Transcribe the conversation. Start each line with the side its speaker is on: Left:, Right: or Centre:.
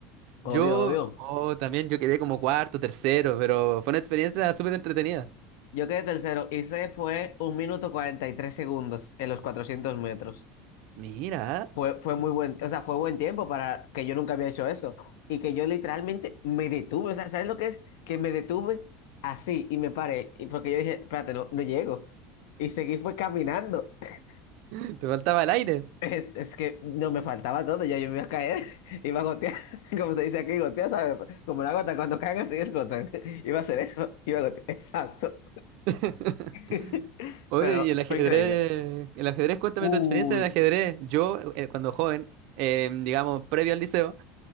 Left: Obvio,
Right: Yo
Left: obvio.
Right: oh, también yo quedé como cuarto, tercero, pero fue una experiencia súper entretenida.
Left: Yo quedé tercero y se fue un minuto 43 segundos en los 400 metros.
Right: Mira,
Left: Fue, fue muy buen, o sea, fue buen tiempo para que yo nunca había hecho eso y que yo literalmente me detuve, o sea, ¿sabes lo que es? Que me detuve así y me paré, y porque yo dije, espérate, no, no llego. Y seguí fue caminando. <laughs>
Right: <laughs> te faltaba el aire.
Left: Es, es que no me faltaba todo, ya yo me iba a caer, <laughs> iba a gotear, <laughs> como se dice aquí, gotear, ¿sabes? Como la gota, cuando caen así explotan. <laughs> Iba a hacer eso, <laughs> iba a gotear, exacto.
Right: <laughs>
Left: <laughs>
Right: Oye,
Left: Pero
Right: y el ajedrez,
Left: fue increíble.
Right: el ajedrez, cuéntame
Left: Uy,
Right: tu experiencia en el ajedrez. Yo, eh, cuando joven, eh, digamos, previo al liceo,